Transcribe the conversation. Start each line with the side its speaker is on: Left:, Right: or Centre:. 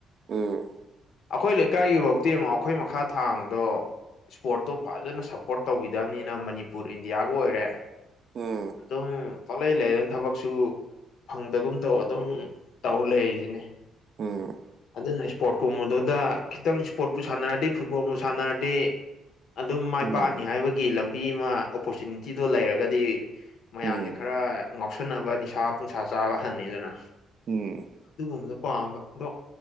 Right: ꯎꯝ
Left: ꯑꯩꯈꯣꯏ ꯂꯩꯀꯥꯏꯒꯤꯐꯧꯇ ꯌꯦꯡꯉꯣ ꯑꯩꯈꯣꯏ ꯃꯈꯥ ꯊꯥꯡꯕꯗꯣ ꯏꯁꯄꯣꯔꯠꯇꯣ ꯐꯖꯅ ꯁꯞꯄꯣꯔꯠ ꯇꯧꯕꯤꯗꯕꯅꯤꯅ ꯃꯅꯤꯄꯨꯔ ꯏꯟꯗꯤꯌꯥꯒ ꯑꯣꯏꯔꯦ
Right: ꯎꯝ
Left: ꯑꯗꯨꯝ ꯄꯥꯛꯂꯩ ꯂꯩꯔꯅ ꯊꯕꯛꯁꯨ ꯐꯪꯗꯒꯨꯝ ꯇꯧ ꯑꯗꯨꯝ ꯇꯧ ꯂꯩꯁꯤꯅꯦ
Right: ꯑꯣ
Left: ꯑꯗꯨꯅ ꯏꯁꯄꯣꯔꯠꯀꯨꯝꯕꯗꯨꯗ ꯈꯤꯇꯪ ꯏꯁꯄꯣꯔꯠꯄꯨ ꯁꯥꯟꯅꯔꯗꯤ ꯐꯨꯠꯕꯣꯜꯕꯨꯨ ꯁꯥꯟꯅꯔꯗꯤ ꯑꯗꯨꯝ ꯃꯥꯏ
Right: ꯎꯝ
Left: ꯄꯥꯛꯑꯅꯤ ꯍꯥꯏꯕꯒꯤ ꯂꯝꯕꯤ ꯑꯃ ꯑꯣꯄꯣꯔꯆꯨꯅꯤꯇꯤꯗꯣ ꯂꯩꯔꯒꯗꯤ ꯃꯌꯥꯝꯁꯦ
Right: ꯎꯝ
Left: ꯈꯔ
Right: ꯎꯝ
Left: ꯉꯥꯎꯁꯟꯅꯕ ꯅꯤꯁꯥ ꯄꯨꯡꯁꯥ ꯆꯥꯕ ꯍꯟꯅꯤꯗꯅ
Right: ꯎꯝ
Left: ꯑꯗꯨꯒꯨꯝꯕꯗꯣ ꯄꯥꯝꯕꯗꯣ